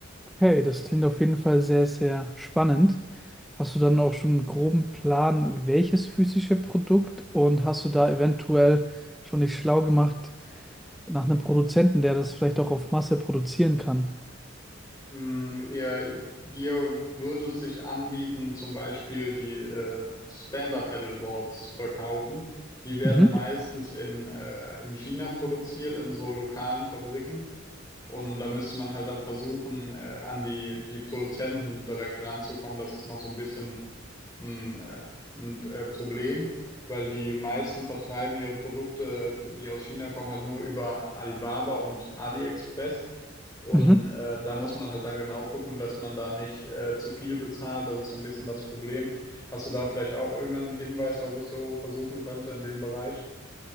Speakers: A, in the centre; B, on the left.
A: Okay, das klingt auf jeden Fall sehr, sehr spannend. Hast du dann auch schon einen groben Plan, welches physische Produkt und hast du da eventuell schon dich schlau gemacht nach einem Produzenten, der das vielleicht auch auf Masse produzieren kann?
B: Mm, ihr, hier würde es sich anbieten, zum Beispiel die äh, Stand-Up-Paddleboards verkaufen. Die werden
A: Mhm.
B: meistens in, äh, in China produziert, in so lokalen Fabriken. Und da müsste man halt dann versuchen, äh, an die, die Produzenten direkt ranzukommen. Das ist noch so ein bisschen ein, äh, ein äh, Problem, weil die meisten vertreiben ihre Produkte, die aus China kommen, halt nur über Alibaba und AliExpress. Und
A: Mhm.
B: äh, da muss man halt dann genau gucken, dass man da nicht äh, zu viel bezahlt. Das ist so ein bisschen das Problem. Hast du da vielleicht auch irgendeinen Hinweis, was ich so versuchen könnte in dem Bereich?